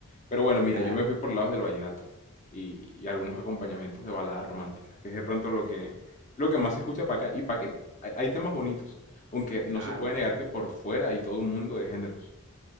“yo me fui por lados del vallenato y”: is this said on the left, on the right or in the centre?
Left